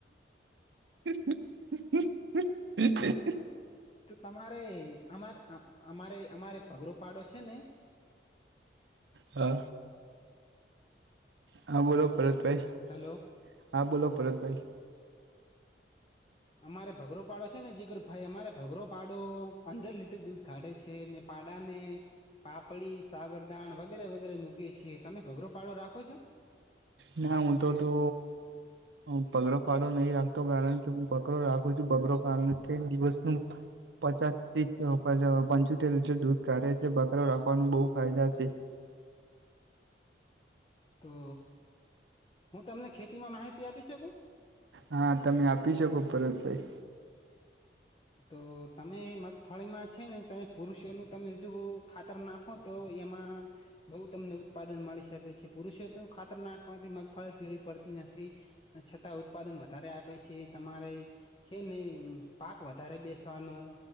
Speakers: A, on the right; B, on the left.
A: <inaudible>
B: તો તમારે અમારે અમારે અમારે પગરો પાડો છે ને
A: હા હા બોલો પરતભાઈ
B: હેલો
A: હા બોલો પરતભાઈ
B: અમારે ભઘરો પાડો છે ને જીકર ભાઈ અમારે ભઘરો પાડો પંદર લીટર દૂધ કાઢે છે ને પાડા ને પાપડી સાગરદાણ વગેરે વગેરે મૂકીએ છીએ તમે ભઘરો પાડો રાખો છો?
A: ના હું તો તો હું ભગરો પાડો નહી રાખતો કારણ કે બકરો રાખું છું બકરો કારણ એક દિવસ નું પચાસી થી પંચોતેર લીર દૂધ કાઢે છે બકરો રાખવાનું બહુ ફાયદા છે
B: તો હું તમને ખેતીમાં માહિતી આપી શકું
A: હા તમે આપી શકો પરતભાઈ
B: તો તમે મગફળીમાં છે ને તમે પુરુષો નું તમે જો ખાતર ના ખુ તો એમાં બઉ તમને ઉત્પાદન મળી શકે છે પુરુષો તો ખાતર નાખવાથી મગફળી પીળી પડતી નથી છતાં ઉત્પાદન વધારે આપે છે તમારે છે ને પાક વધારે બેસવાનું